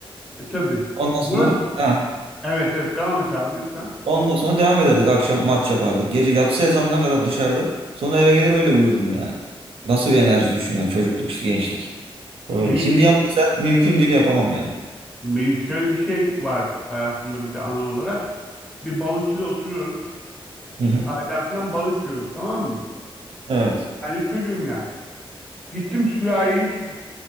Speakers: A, in the centre; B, on the right.
A: E, tabii.
B: Ondan
A: Bu,
B: sonra ha,
A: evet evet devam et abi lütfen.
B: Ondan sonra devam ederdik. Akşam maç yapardık. Gece yatsı ezanına kadar dışarıda. Sonra eve gelir öyle uyurdum yani. Nasıl bir enerji düşün yani çocukluk işte gençlik. Öyle.
A: Benim
B: Şimdi yap desen mümkün değil yapamam yani.
A: benim şöyle bir şey var hayatımda bir de anı olarak. Bir balıkçıda oturuyoruz.
B: Hı hı.
A: Ailem falan balık yiyoruz tamam mı?
B: Evet.
A: Hani çocuğum yani. Gittim sürahiyi su